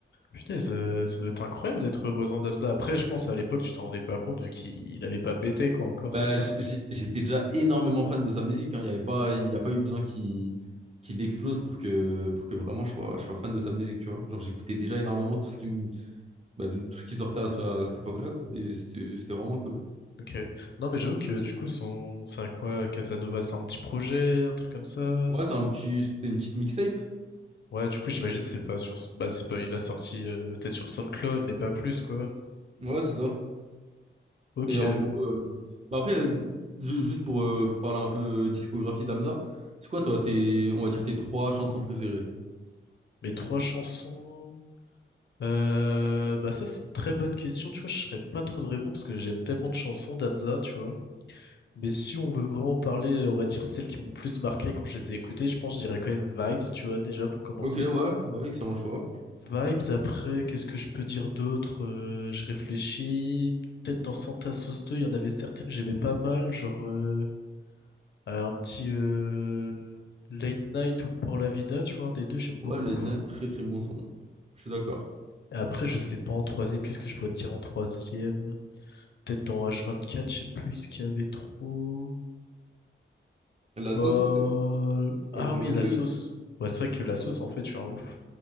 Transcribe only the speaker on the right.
Bah,
j- j- j'étais déjà énormément fan de sa musique, hein. Il n'y avait pas... il y a pas eu besoin qu'il qu'il explose pour que... pour que vraiment je sois... je sois fan de sa musique, tu vois. Genre, j'écoutais déjà énormément tout ce qui, me- bah, tout tout ce qui sortait à, ce- à cette époque-là, quoi. Et c'était c'était vraiment cool.
Ouais, c'est un petit... c'était une petite mixtape.
Ouais, c'est ça.
Et en gros, euh, bah après, euh, ju- juste pour, euh, pour parler un peu euh, discographie d'Amza, c'est quoi toi, tes, on va dire tes trois chansons préférées?
Ok, ouais, ouais, excellent choix.
Ouais,
Leïna, très très bon son. Je suis d'accord.
La
sauce peut-être?
Avec du
recul?